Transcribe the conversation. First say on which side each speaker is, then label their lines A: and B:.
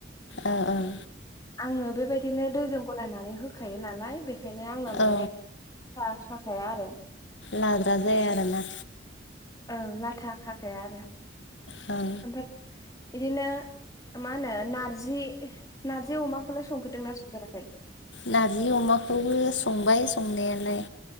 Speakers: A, on the left; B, on the left.
A: ओं ओं
B: आङो बेबायदिनो दैजों गलायनानै होखायो नालाय बेखायनो आंनो माने
A: ओं औ
B: था खाखाया आरो।
A: लाद्रा जाया आरोना।
B: ओं लाथाखाखाया आरो।
A: औ
B: ओमफाय इदिनो मा होनो नारजि नारजि अमाखौलाय संफेरदों ना संफेराखै?
A: नार्जि अमाखौबो संबाय संनायालाय।